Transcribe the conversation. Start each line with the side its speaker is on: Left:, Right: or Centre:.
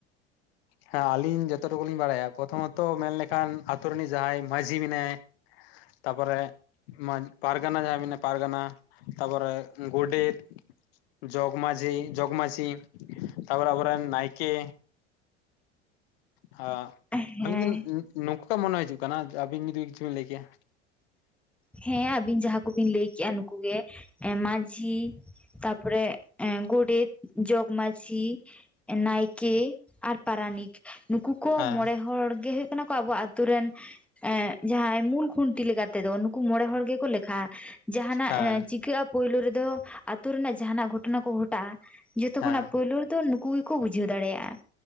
Left: ᱦᱮᱸ ᱟᱞᱤᱧ ᱡᱚᱛᱚᱴᱩᱠᱩ ᱞᱤᱧ ᱵᱟᱲᱟᱭᱟ ᱯᱨᱚᱛᱷᱚᱢᱚᱛᱚ ᱢᱮᱱᱞᱠᱷᱟᱱ ᱟᱛᱳ ᱨᱤᱱᱤᱡ ᱡᱟᱦᱟᱸᱭ ᱢᱟᱺᱡᱷᱤ ᱢᱮᱱᱟᱭᱟ ᱛᱟᱯᱚᱨᱮ ᱢᱟ ᱯᱟᱨᱜᱟᱱᱟ ᱡᱟᱦᱟᱸ ᱢᱮ ᱯᱟᱨᱜᱟᱱᱟ ᱛᱟᱨᱯᱚᱨᱮ ᱜᱳᱰᱮᱛ᱾ ᱡᱚᱜᱽᱢᱟᱺᱡᱷᱤ ᱡᱚᱜᱽᱢᱟᱺᱡᱷᱤ ᱛᱟᱯᱚᱨᱮ ᱟᱵᱚᱨᱮᱱ ᱱᱟᱭᱠᱮ᱾ ᱦ
Centre: ᱦᱮᱸ
Left: ᱟᱹᱞᱤᱧ ᱫᱚ ᱱᱚᱝᱠᱟ ᱜᱮ ᱢᱚᱱᱮ ᱦᱤᱡᱩᱜ ᱠᱟᱱᱟ ᱟᱹᱵᱤᱱ ᱡᱩᱫᱤ ᱠᱤᱪᱷᱩ ᱵᱤᱱ ᱞᱟᱹᱭ ᱠᱮᱭᱟ᱾
Centre: ᱦᱮᱸ ᱟᱹᱵᱤᱱ ᱡᱟᱦᱟᱸ ᱠᱚᱵᱤᱱ ᱞᱟᱹᱭ ᱠᱮᱜᱼᱟ ᱱᱩᱠᱩᱩ ᱜᱮ᱾ ᱢᱟᱺᱡᱷᱤ ᱛᱟᱯᱚᱨᱮ ᱜᱚᱰᱮᱛ, ᱡᱚᱜᱽᱢᱟᱺᱡᱷᱤ ᱱᱟᱭᱠᱮ ᱟᱨ ᱯᱟᱨᱟᱱᱤᱠ ᱱᱩᱠᱩ ᱠᱚ
Left: ᱦᱮᱸ
Centre: ᱢᱚᱬᱮ ᱦᱚᱲ ᱜᱮ ᱦᱩᱭᱩᱜ ᱠᱟᱱᱟ ᱠᱚ ᱟᱵᱚ ᱟᱛᱩᱨ ᱨᱮᱱ ᱮ ᱡᱟᱦᱟᱸᱭ ᱢᱩᱞ ᱠᱷᱩᱱᱴᱤ ᱞᱮᱠᱟ ᱛᱮᱫᱚ᱾ ᱢᱚᱬᱮ ᱦᱚᱲ ᱜᱮᱠᱚ ᱞᱮᱠᱷᱟᱜᱼᱟ ᱡᱟᱦᱟᱱᱟᱜ
Left: ᱦᱮᱸ
Centre: ᱪᱤᱠᱟᱹᱜᱼᱟ᱾ ᱯᱩᱭᱭᱞᱩ ᱨᱮᱫᱚ ᱟᱛᱳ ᱨᱮᱱᱟᱜ ᱡᱟᱦᱱᱟᱜ ᱜᱷᱚᱴᱚᱱᱟ ᱠᱚ ᱜᱷᱚᱴᱟᱜᱼᱟ ᱡᱷᱚᱛᱚ
Left: ᱦᱮᱸ
Centre: ᱠᱷᱚᱱᱟᱜ ᱯᱩᱭᱭᱞᱩ ᱨᱮᱫᱚ ᱱᱩᱠᱩ ᱠᱚ ᱵᱩᱡᱷᱟᱹᱣ ᱫᱟᱲᱮᱭᱟᱜᱼᱟ᱾